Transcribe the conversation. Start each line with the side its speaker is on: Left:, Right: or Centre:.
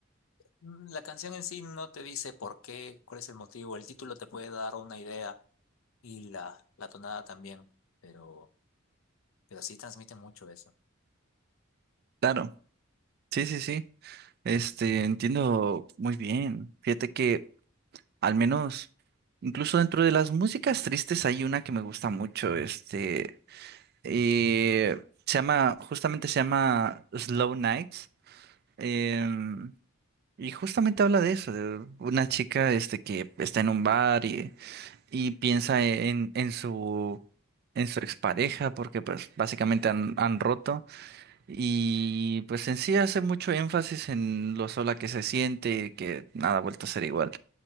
Left: Mm, La canción en sí no te dice por qué, cuál es el motivo. El título te puede dar una idea y la, la tonada también, pero, pero sí transmite mucho eso.
Right: claro. Sí, sí, sí. Este, entiendo muy bien. Fíjate que Al menos, incluso dentro de las músicas tristes hay una que me gusta mucho, este, eh, se llama, justamente se llama Slow Nights, em, y justamente habla de eso, de una chica, este, que está en un bar y, y piensa en, en su, en su expareja, porque pues básicamente han, han roto, y pues en sí hace mucho énfasis en lo sola que se siente, que nada ha vuelto a ser igual.